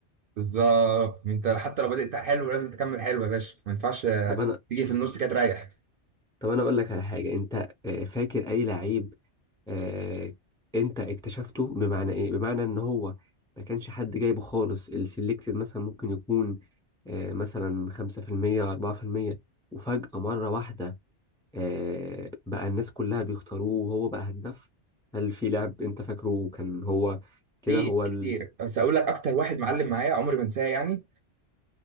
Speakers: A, on the right (about 60°); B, in the centre.
A: بالظبط انت حتى لو بدأت حلو لازم تكمل حلو يا باشا ما ينفعش آه،
B: طب انا
A: تيجي في النص كده تريح
B: طب انا اقول لك على حاجه انت آه، فاكر اي لعيب آه، انت اكتشفته بمعنى ايه بمعنى ان هو ما كانش حد جايبه خالص السلكتد مثلا ممكن يكون آه، مثلا 5% 4% وفجأة مرة واحدة آه، بقى الناس كلها بيختاروه وهو بقى هداف هل في لاعب انت فاكره كان هو كده
A: كتير
B: هو
A: كتير
B: ال...
A: بس اقول لك اكتر واحد معلم معايا عمري ما انساه يعني